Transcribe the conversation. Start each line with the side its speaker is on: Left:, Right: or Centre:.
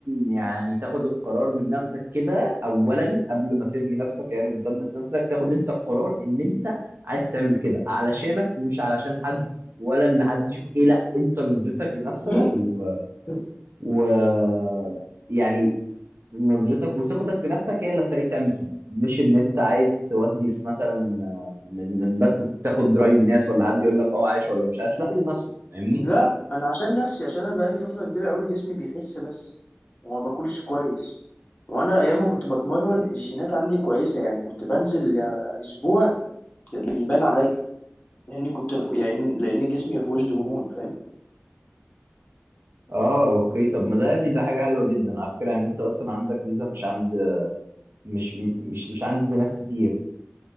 Right: يعني تاخد القرار من نفسك كده اولا قبل ما ترمي نفسك يعني وتدبس نفسك تاخد انت القرار ان انت عايز تعمل كده علشانك مش علشان حد ولا ان حد يشوفك ايه لا انت نظرتك لنفسك
Left: <coughs>
Right: و...
Left: <clears throat>
Right: ويعني نظرتك وثقتك في نفسك هي اللي هتخليك تعمل كده مش ان انت عايز تودي في مثلا آه، من من بس تاخد رأي الناس ولا حد يقول لك اه عايش ولا مش عايش لا لنفسك فاهمني
Left: لا انا عشان نفسي عشان انا بقالي فتره كبيره قوي جسمي بيخس بس وما باكلش كويس وانا ايام ما كنت بتمرن الجينات عندي كويسه يعني كنت بنزل آه، اسبوع بيبان عليا لاني كنت رفو يعني لان جسمي ما فيهوش دهون فاهم
Right: اه اوكي طب ما ده يا ابني ده حاجة حلوة جدا على فكرة يعني انت اصلا عندك ميزة مش عند مش مش مش عند ناس كتير